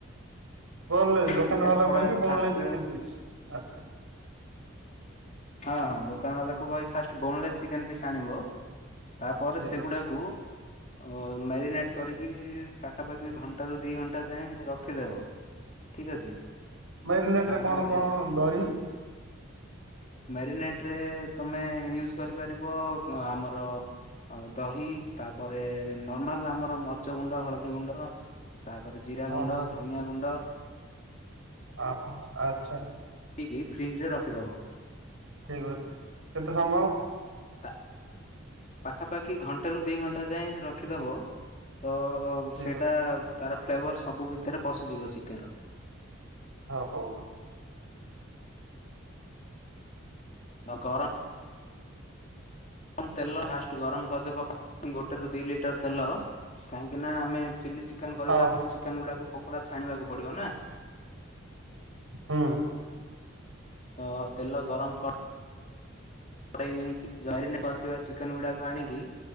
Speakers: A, on the right; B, on the left.
A: ବୋନଲେସ ଦୋକାନୀ
B: ଚିକେନ
A: ବାଲାକୁ
B: ପକୋଡା
A: କହକି ବୋନଲେସ
B: ଫାଷ୍ଟ
A: ଚିକେନ ପିସ୍ ଆଛା।
B: ହଁ ହଁ ଦୋକାନ ବାଲାକୁ କହିକି ଫାଷ୍ଟ ବୋନଲେସ୍ ଚିକେନ୍ ପିସ୍ ଆଣିବ ତାପରେ
A: ଠିକ୍
B: ସେଗୁଡ଼ାକୁ
A: ଅଛି
B: ଓ ମ୍ୟାରିନେଟ୍ କରିକି ପାଖାପାଖି ଘଣ୍ଟାରୁ ଦୁଇ ଘଣ୍ଟା ଯାଏଁ ରଖିଦେବ। ଠିକ୍ ଅଛି।
A: ମେରିନେଟରେ
B: ତାପରେ
A: କଣ କଣ ଦହି
B: ମ୍ୟାରିନେଟରେ ତୁମେ ୟୁଜ୍ କରିପାରିବ ଆମର ଆଉ ଦହି ତାପରେ ନର୍ମାଲ ଆମର ମର୍ଚ ଗୁଣ୍ଡ, ହଳଦୀ ଗୁଣ୍ଡ ତାପରେ ଜିରା
A: ହଁ
B: ଗୁଣ୍ଡ
A: ହଁ
B: ଧ ନିଆ ଗୁଣ୍ଡ
A: ଓହୋ ଆଚ୍ଛା।
B: ତିକି ଫ୍ରିଜ ରେ ରଖିଦବ।
A: ଠିକ ଅଛି କେତେ ସମୟ?
B: ତା ପାଖାପାଖି ଘଣ୍ଟେରୁ ଦୁଇ ଘଣ୍ଟା ଯାଏଁ ରଖିଦବ ତ
A: ଠିକ୍
B: ସେଇଟା
A: ଅଛି
B: ତାର ଫ୍ଲେଭର ସବୁ ଭିତରେ ପଶିଯିବ ଚିକେନର।
A: ଓହୋ।
B: ଆଉ ଗରମ ରମ ତେଲ ଫାଷ୍ଟ ଗରମ କରିଦେବ ଗୋଟେ ରୁ ଦି ଲିଟର ତେଲ କାହିଁକିନା ଆମେ ଚିଲ୍ଲି ଚିକେନ କରିବା
A: ହଁ
B: ଆଗରୁ ଚିକେନ୍ ଗୁଡ଼ାକୁ ପକୋଡ଼ା ଛାଣିବାକୁ ପଡ଼ିବ ନା।
A: ହଁ।
B: ତ ତେଲ ଗରମ କ କଡ଼େଇ ନେଇକି ଜରିନେ କରିଥିବା ଚିକେନ ଗୁଡାକୁ ଆଣିକି